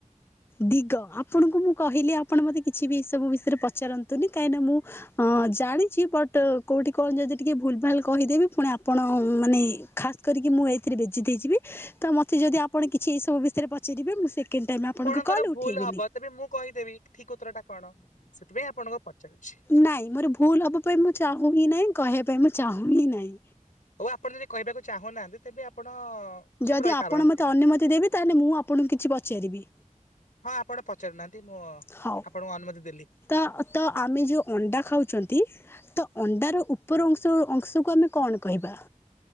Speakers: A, on the left; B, on the left.
A: ଦିଗ ଆପଣଙ୍କୁ ମୁଁ କହିଲି ଆପଣ ମତେ କିଛିବି ଏସବୁ ବିଷୟରେ ପଚାରନ୍ତୁନି କାହିଁକିନା ମୁଁ ହଁ ଜାଣିଛି ବଟ୍ କୋଉଠି କଣ ଯଦି ଟିକେ ଭୁଲ୍ ଭାଲ୍ କହିଦେବି ପୁଣି ଆପଣ ମାନେ ଖା କରି ମୁଁ ଏଥିରେ ବେଜିତ୍ ହେଇଯିବି ତ ମତେ ଯଦି ଆପଣ କିଛି ଏସବୁ ବିଷୟରେ ପଚାରେ ସେକେଣ୍ଡ ଟାଇମ୍ ଆପଣଙ୍କ
B: ଙ୍କର
A: କଲ୍ ଉଠେଇବିନି।
B: ଭୁଲ ହବ ତେବେ ମୁଁ କହିଦେବି ଠିକ୍ ଉତରଟା କଣ ସେଥିପାଇଁ ଆପଣଙ୍କୁ ପଚାରୁଛି।
A: ନାଇଁ ମୋର ଭୁଲ୍ ହବା ପାଇଁ ମୁଁ ଚାହୁଁହିଁ ନାହିଁ କହିବା ପାଇଁ ମୁଁ ଚାହୁଁହିଁ ନାହିଁ।
B: ହଉ ଆପଣ ଯଦି କହିବାକୁ ଚାହୁଁନାହାନ୍ତି ତେବେ ଆପଣ ଚୁପ୍
A: ଯଦି
B: ରହିପାରନ୍ତି।
A: ଆପଣ ମୋତେ ଅନୁମତି ଦେବେ ତାହେଲେ ମୁଁ ଆପଣଙ୍କୁ କିଛି ପଚାରିବି?
B: ହଁ ଆପଣ ପଚାରୁନାହାନ୍ତି ମୁଁ
A: ହଉ।
B: ଆପଣଙ୍କୁ ଅନୁମତି ଦେଲି।
A: ତ ତ ଆମେ ଯୋଉ ଅଣ୍ଡା ଖାଉଚନ୍ତି ତ ଅଣ୍ଡାର ଉପର ଅଂଶ ଅଂଶକୁ ଆମେ କଣ କହିବା?